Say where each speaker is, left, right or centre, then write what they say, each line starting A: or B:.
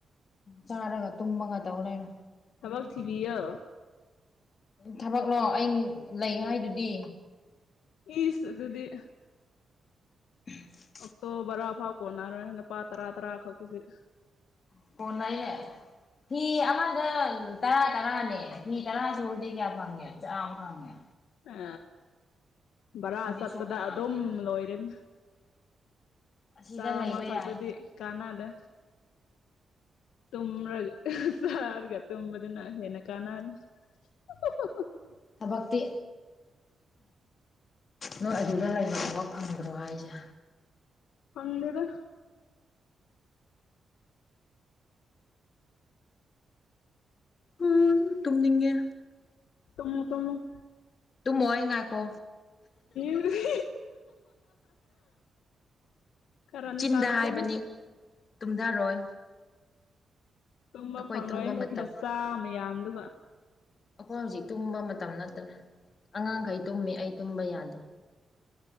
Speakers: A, on the left (about 55°); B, on the left (about 80°).
A: ꯆꯥꯔꯒ ꯇꯨꯝꯃꯒ ꯇꯧꯂꯩꯔꯣ
B: ꯊꯕꯛ ꯊꯤꯕꯤ ꯌꯣ
A: ꯊꯕꯛꯂꯣ ꯑꯩ ꯂꯩ ꯍꯥꯏꯗꯨꯗꯤ
B: ꯏꯁ ꯑꯗꯨꯗꯤ
A: <unintelligible>
B: ꯑꯣꯛꯇꯣ ꯕꯔꯥ ꯐꯥꯎ ꯀꯣꯟꯅꯔꯣꯏ ꯂꯨꯄꯥ ꯇꯔꯥ ꯇꯔꯥ ꯈꯛꯇꯨꯗꯤ
A: <unintelligible> ꯐꯤ ꯑꯃꯗ ꯇꯔꯥ ꯇꯔꯥꯅꯦ ꯐꯤ ꯇꯔꯥ ꯁꯨꯔꯗꯤ ꯀꯌꯥ ꯐꯪꯉꯦ ꯆꯥꯃꯥ ꯐꯪꯉꯦ
B: ꯑ ꯚꯔꯥ
A: ꯍꯧꯖꯤꯛꯁꯨ
B: ꯆꯠꯄꯗ
A: ꯃꯌꯥꯝ
B: ꯑꯗꯨꯝ
A: ꯂꯩ
B: ꯂꯣꯏꯔꯅꯤ
A: ꯑꯁꯤꯗ
B: ꯆꯥꯝꯃ
A: ꯂꯩꯕ
B: ꯈꯛꯇꯗꯤ
A: ꯌꯥꯏ
B: ꯀꯥꯟꯅꯗꯦ ꯇꯨꯝꯃ꯭ꯔꯒ ꯆꯥꯔꯒ ꯇꯨꯝꯝꯕꯗꯨꯅ ꯍꯦꯅ ꯀꯥꯟꯅꯔꯦ <inaudible>
A: ꯊꯕꯛꯇꯤ ꯅꯣꯏ ꯑꯗꯨꯗ ꯂꯩꯕ ꯊꯕꯛ ꯐꯪꯈ꯭ꯔꯣ ꯍꯥꯏꯁꯦ
B: ꯍꯪꯗꯔ
A: ꯎꯝ ꯇꯨꯝꯅꯤꯡꯉꯦ
B: ꯇꯃ ꯇꯃꯛ
A: ꯇꯨ ꯃꯣꯦ ꯉꯥꯏꯀꯣ
B: ꯎꯔꯤ ꯈꯔ
A: ꯆꯤꯟꯗ
B: ꯇꯔ
A: ꯍꯥꯏꯕꯅꯤ
B: ꯀꯅ
A: ꯇꯨꯝꯊꯔꯣꯏ
B: ꯇꯨꯝꯕ
A: ꯑꯩꯈꯣꯏ
B: ꯐꯪꯂꯣꯏ
A: ꯇꯨꯝꯕ ꯃꯇꯝ
B: ꯅꯆꯥ ꯃꯌꯥꯝꯗꯨ
A: ꯑꯩꯈꯣꯏ ꯍꯧꯖꯤꯛ ꯇꯨꯝꯕ ꯃꯇꯝ ꯅꯠꯇ꯭ꯔꯦ ꯑꯉꯥꯡꯈꯩ ꯇꯨꯝꯃꯤ ꯑꯩ ꯇꯨꯝꯕ ꯌꯥꯗꯦ